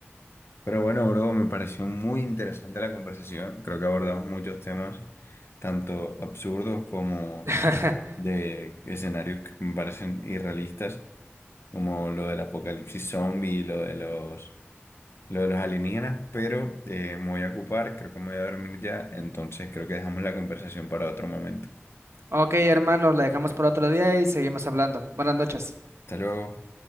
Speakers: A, on the left (about 65°); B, on the right (about 80°).
A: Pero bueno, bro, me pareció muy interesante la conversación. Creo que abordamos muchos temas, tanto absurdos como
B: <laughs>
A: de escenarios que me parecen irrealistas, como lo del apocalipsis zombie, lo de los, lo de los alienígenas. Pero eh, me voy a ocupar, creo que me voy a dormir ya, entonces creo que dejamos la conversación para otro momento.
B: Ok, hermanos, la dejamos por otro día y seguimos hablando. Buenas noches.
A: Hasta luego.